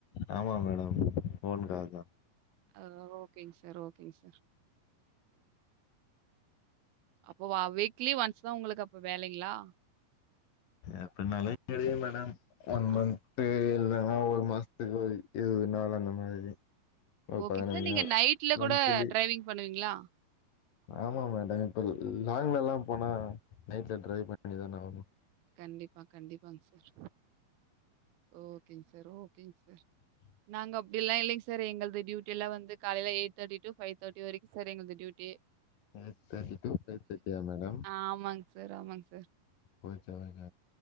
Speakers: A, on the left; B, on the right.
A: ஆமா மேடம். ஓன் கார் தா.
B: ஆ ஓகேங் சார் ஓகேங் சார். அப்போ வ வீக்லி ஒன்ஸ் தா உங்களுக்கு அப்ப வேலெங்களா
A: அப்பன்னாலே தெரியு மேடம் ஒன்
B: ஆ
A: மன்த் இல்லைன்னா ஒரு மாசத்துக்கு இது நாள் அந்த மாதிரி ஒரு
B: ஓகே
A: பதினஞ்சு
B: சார் நீங்க
A: நாள்
B: நைட்ல
A: மந்த்லி
B: கூட டிரரைவிங் பண்ணுவீங்களா
A: ஆமா மேடம் இப்ப லாங்லலாம் போனா நைட்ல டிரைவ் பண்ணிதானே ஆவணு
B: கண்டிப்பா கண்டிப்பாங்க சார் ஓகேங்க சார் ஓகேங்க சார்
A: உ
B: நாங்க அப்டிலா இல்லைங்க சார் எங்கள்து டியூட்டலா வந்து காலைல எய்ட்தேட்டி டு ஃபைவ் தேட்டி வரைக்கும் சார் எங்கள்து டியூட்டியே
A: எயிட்தேட்டி டு ஃபைவ்தேட்டியா மேடம்
B: ஆமாங்க சார், ஆமாங்க
A: மச்சா எங்க